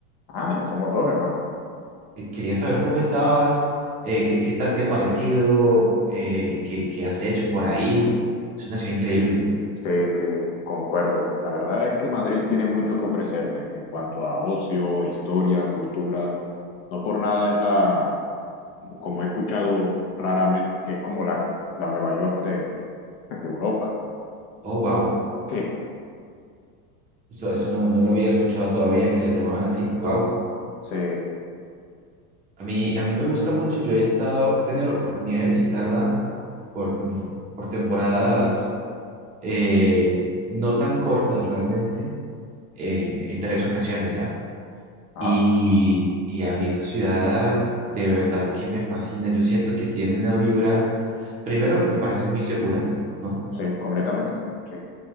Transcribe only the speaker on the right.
Eh, Quería saber cómo estabas, eh, qué, qué tal te ha parecido, eh, qué, qué has hecho por ahí. Es una ciudad increíble.
Oh, wow.
Eso, eso no, no lo había escuchado todavía que la llamaban así. Wow.
A mí, a mí me gusta mucho. Yo he estado, he tenido la oportunidad de visitarla por, mm, por temporadas eh, no tan cortas realmente, eh, en tres ocasiones ya.
Y, y a mí esa ciudad de verdad que me fascina. Yo siento que tiene una vibra, primero me parece muy segura, ¿no?